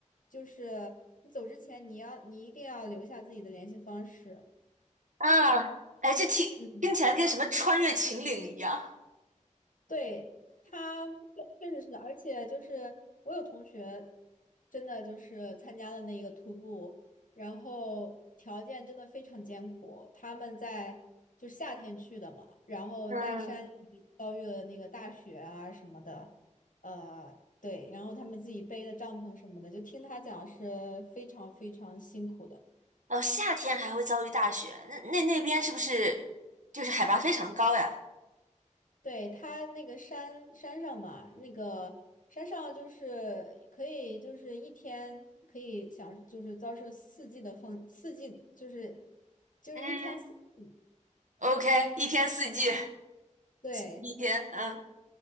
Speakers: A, on the left (about 90°); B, on the right (about 70°).
A: 就是你走之前你要你一定要留下自己的联系方式。
B: 啊，哎，这听听起来跟什么穿越秦岭一样。
A: 嗯。对，他确实是，而且就是我有同学，真的就是参加了那个徒步，然后条件真的非常艰苦。他们在就夏天去的嘛，然后在山里遭遇了那个大雪啊什么的，
B: 嗯，
A: 呃，对，然后他们自己背的帐篷什么的，就听他讲是非常非常辛苦的。
B: 哦，夏天还会遭遇大雪，那那那边是不是就是海拔非常高呀？
A: 对，它那个山山上嘛，那个山上就是可以，就是一天可以享，就是遭受四季的风，四季就是就是一天四季，
B: 嗯，OK，一天四季，
A: 对
B: 四季一天，嗯